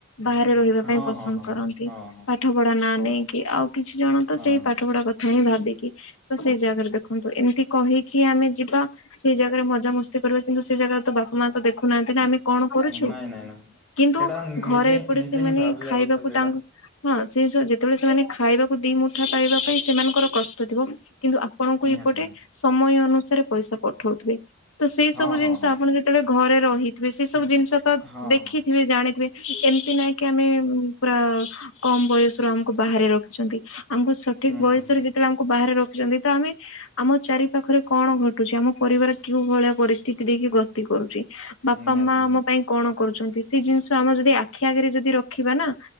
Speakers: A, on the left; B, in the centre.
A: ବାହାରେ ରହିବା
B: ହଁ
A: ପାଇଁ ପସନ୍ଦ
B: ହଁ ହଁ
A: କରନ୍ତି
B: ହଁ ହଁ
A: ପାଠ ପଢା ନା ନେଇକି ଆଉ କିଛି ଜଣ ତ
B: ହଁ
A: ସେଇ
B: ହଁ
A: ପାଠ ପଢା କ ଥରେ ଭାବିକି ତ ସେଇ ଜାଗାରେ ଦେଖନ୍ତୁ ଏମ୍ତି କହିକି ଆମେ ଯିବା। ସେଇ ଜାଗାରେ ମଜା ମସ୍ତି କରିବା, କିନ୍ତୁ ସେଇ ଜାଗାରେ ତ ବାପ ମା ତ ଦେଖୁନାହାନ୍ତି ନା ଆମେ କଣ କରୁଛୁ
B: ନାଇଁ ନାଇଁ ନାଇଁ
A: କିନ୍ତୁ
B: ସେଟା
A: ଘରେ
B: ନିଜେ ହିଁ-
A: ଏପଟେ
B: ନିଜେ
A: ସେମାନେ
B: ହିଁ ଭାବିବା
A: ଖାଇବାକୁ
B: କଥା ସେଇଟା
A: ତାଙ୍କୁ ହଁ <unintelligible> ଯେତେବେଳେ ସେମାନେ ଖାଇବାକୁ ଦି ମୁଠା ପାଇବା ପାଇଁ ସେମାନଙ୍କର କଷ୍ଟ ଥିବ କିନ୍ତୁ ଆ ପଣଙ୍କୁ
B: ନିହାତି
A: ଏପଟେ
B: ନିହାତି
A: ସମୟ ଅନୁସାରେ ପଇସା ପଠଉଥିବେ। ତ ସେଇ
B: ହଁ
A: ସବୁ
B: ହଁ
A: ଜିନିଷ
B: ହଁ।
A: ଆପଣ ଯେତେବେଳେ ଘରେ ରହିଥିବେ ସେଇ
B: ସେ
A: ସବୁ ଜିନିଷ ତ
B: ହଁ
A: ଦେଖି
B: ହଁ
A: ଥିବେ ଜାଣିଥିବେ ଏମିତି ନାହିଁ କି ଆମେ ପୁରା କମ୍ ବୟସରୁ ଆମକୁ ବାହାରେ ରଖିଛନ୍ତି। ଆମକୁ ସଠିକ୍
B: ହୁଁ
A: ବୟସରେ
B: ହୁଁ ହୁଁ
A: ଯେତେବେଳେ ଆମକୁ ବାହାରେ ରଖିଛନ୍ତି ତ ଆମେ ଆମ ଚାରିପାଖରେ କଣ ଘଟୁଛି, ଆମ ପରିବାର କେଉଁ ଭଳିଆ ପରିସ୍ଥିତି ଦେଇକି ଗତି କରୁଚି ବାପା
B: ନିହାତି
A: ମା ଆମ
B: ନିହାତି
A: ପାଇଁ କଣ କରୁଛନ୍ତି, ସେଇ ଜିନିଷ ଆମେ ଯଦି ଆଖି ଆଗରେ ଯଦି ରଖିବା ନା